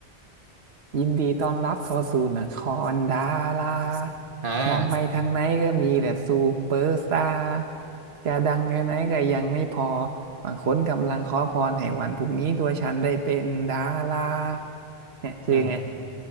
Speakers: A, on the right; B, on the right.
A: ยินดีต้อนรับเข้าสู่นครดารา
B: อ่า
A: มองไปทางไหนก็มีแต่ซูเปอร์สตาร์จะดังแค่ไหนก็ยังไม่พอบางคนกำลังขอพรให้วันพรุ่งนี้ตัวฉันได้เป็นดาราเนี่ยคือยังไง
B: อืม